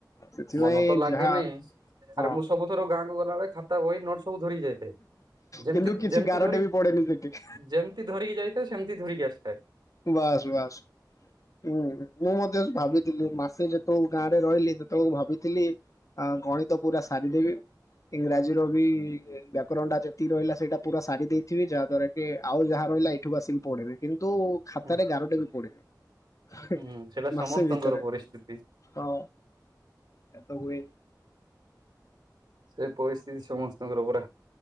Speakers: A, on the left (about 45°); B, on the right (about 80°).
A: ସେଥିପାଇଁ
B: ମନ ତ ଲାଗେନି
A: ଯାହା
B: ଆରେ
A: ହଁ
B: ମୁଁ ସବୁ ଥର ଗାଁକୁ ଗଲାବେଳେ ଖାତା, ବହି, ନୋଟ୍ସ ସବୁ ଧରିକି ଯାଇଥାଏ ଯେମତି
A: କିନ୍ତୁ କିଛି
B: ଯେମତି ଧରି
A: <unintelligible>
B: ଯେମତି ଧରିକି ଯାଇଥାଏ ସେମତି ଧରିକି ଆସିଥାଏ।
A: ବାସ୍ ବାସ୍। ହୁଁ ମୁଁ ମଧ୍ୟ ଭାବିଥିଲି ମାସେ ଯେତେବେଳୁ ଗାଁରେ ରହିଲି ସେତେବେଳକୁ ଭାବିଥିଲି ଆ ଗଣିତ ପୁରା ସାରିଦେବି ଇଂରାଜୀର ବି ବ୍ୟାକରଣଟା ଯେତିକି ରହିଲା ସେଇଟା ପୁରା ସାରି ଦେଇଥିବି ଯାହାଦ୍ୱାରା କି ଆଉ ଯାହା ରହିଲା ଏଠୁକୁ ଆସିକି ପଢ଼ିବି। କିନ୍ତୁ ଖାତାରେ
B: ହୁଁ
A: ଗାରଟେ ବି ପଡିନି ହେଁ
B: ହୁଁ ସେଇଟା
A: ମାସେ
B: ସମସ୍ତଙ୍କର
A: ଭିତରେ।
B: ପରିସ୍ଥିତି।
A: ହଁ ଏତ ହୁଏ।
B: ସେ ପରିସ୍ଥିତି ସମସ୍ତଙ୍କର ପୁରା।